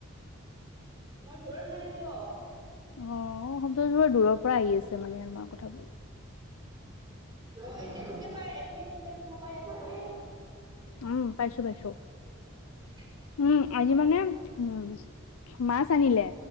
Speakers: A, on the right; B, on the left.
A: মই দূৰত নাই। কিয়?
B: অহ' শব্দবোৰ দূৰৰ পৰা আহি আছে মানে আৰু তোমাৰ কথাবোৰ।
A: অহ' এতিয়া ঠিকে পাই, এতিয়াই ঠিকে শুনা পাই আছা নে।
B: উম' পাইছো, পাইছো।
A: <inaudible>
B: উম'। আজি মানে উম'। মাছ আনিলে